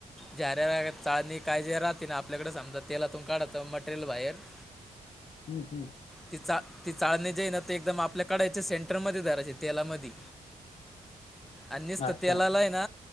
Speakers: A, in the centre; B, on the left (about 45°).
A: झाऱ्या वगैरे चाळणी कायजे राहते ना आपल्याकडे समजा तेलातून काढतो मटेरियल बाहेर <inaudible>
B: हम्. हम्.
A: ती चा चालणी जी आहे ना ते एकदम आपल्या कढ‌ईच्या सेंटरमध्ये धरायचे तेलामधी अन् निस्तं
B: अच्छा
A: तेलाला हाय ना